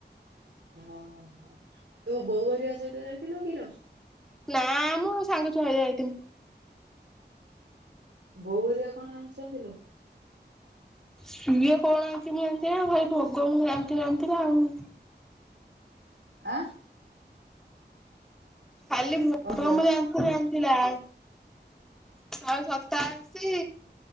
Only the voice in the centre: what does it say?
ନା ମୁଁ ସାଙ୍ଗ ଛୁଆ ହେରିକା ଯାଇଥିଲୁ।
ସିଏ କଣ ଆଣିଛି ମୁଁ ଜାଣିଛି ନା ଖାଲି ଭୋଗ ମୁଁ ଆଣିଥିଲି ଆଣିଥିଲା ଆଉ।
ଖାଲି ଭୋଗ
ମୁଁ ଜାଣିଥିଲି ଆଣିଥିଲା। ଶହେ ସତାଅଶୀ,